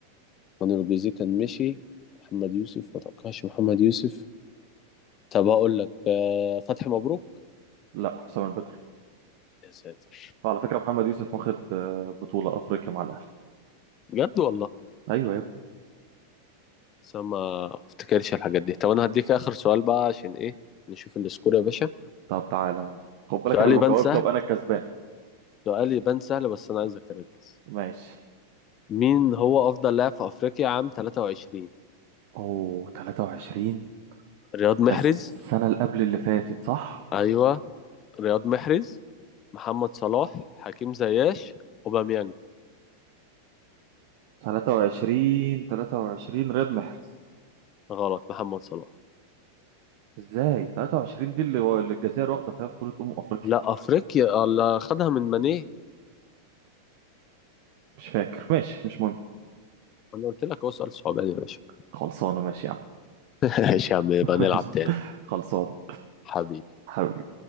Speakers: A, on the left; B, on the right.
A: مانويل جوزيه كان مشي محمد يوسف ما توقعش محمد يوسف طب هقول لك آه، فتحي مبروك
B: لا حسام البدري
A: يا ساتر
B: فعلى فكرة محمد يوسف واخد آه، بطولة أفريقيا مع الأهلي
A: بجد والله
B: أيوه يا ابني
A: بس أنا ما افتكرش الحاجات دي طب انا هديك اخر سؤال بقى عشان ايه نشوف السكور يا باشا
B: طب تعالى يلا خد بالك
A: سؤال
B: أنا لو
A: يبان
B: جاوبت
A: سهل
B: أبقى أنا الكسبان
A: سؤال يبان سهل بس انا عايزك تركز
B: ماشي
A: مين هو أفضل لاعب في أفريقيا عام 23
B: اوه 23
A: رياض محرز
B: ده السنة اللي قبل اللي فاتت صح؟
A: أيوه رياض محرز محمد صلاح حكيم زياش أوباميانج
B: 23 23 رياض محرز
A: غلط محمد صلاح
B: ازاي 23 دي اللي اللي الجزائر واخدة فيها بطولة أمم أفريقيا
A: لا أفريقيا اللي خدها من ماني
B: مش فاكر ماشي مش مهم
A: أنا قلت لك هو سؤال صعباني يا باشا
B: خلصانة ماشي يا عم
A: <laughs> ماشي يا عم يبقى
B: <laughs>
A: نلعب
B: ماشي
A: تاني
B: خلصان
A: حبيبي
B: حبيبي.